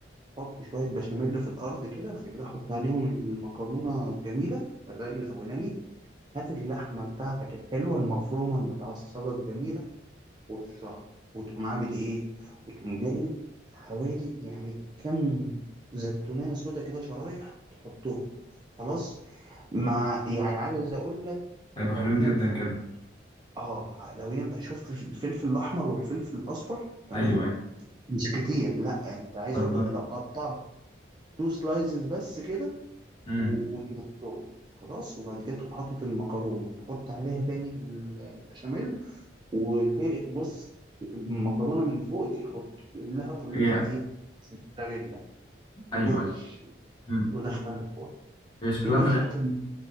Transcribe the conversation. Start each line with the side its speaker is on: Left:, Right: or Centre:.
Right: حط شوية بشاميل في الأرض كده بعد كده حط عليهم المكرونة الجميلة الرق الأولاني هات اللحمة بتاعتك الحلوة المفرومة المتعصجة الجميلة ورشها وتقوم عامل إيه؟ وتقوم جايب حوالي يعني كم زيتونية سودا كده شرايح تحطهم خلاص مع يعني عايز أقول لك
Left: هيبقوا
Right: لو
Left: حلوين
Right: ينفع
Left: جدا كده
Right: آه لو ينفع شفت الفلفل الأحمر والفلفل الأصفر تمام
Left: ايوه ايوه
Right: مش كتير لا أنت عايز
Left: طب
Right: أقول لك لو قطعت تو سلايزز بس كده
Left: امم
Right: و- وترصهم خلاص وبعد كده تقوم حاطط المكرونه وتحط عليها تاني البشاميل وبص المكرونه من فوق دي حط املاها كلها
Left: ايه ايوه
Right: ايه موتزاريلا بالوش
Left: ايوه امم
Right: ودخلها الفرن
Left: هي شكلها
Right: يا باشا
Left: طريقة
Right: هتن-